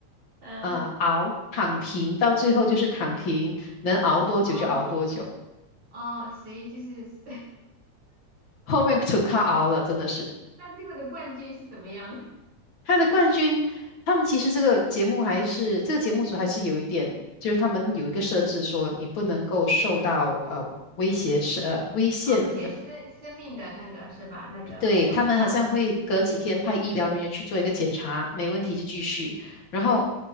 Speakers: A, on the right; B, on the left.
A: 嗯，
B: 啊、呃熬躺平，到最后就是躺平，能熬多久就熬多久，
A: 哦，哦，所以就是，<laughs>
B: 后面纯靠熬了，真的是
A: 那最后的冠军是怎么样的？
B: 他的冠军。他们其实这个节目还是这个节目组还是有一点，就是他们有一个设置说你不能够受到呃威胁是呃危险
A: 啊，哦，有写生生命的那个是吧？那个我知道，
B: 对，他们好像会隔几天派医疗人员去做一个检查，没问题就继续。然后，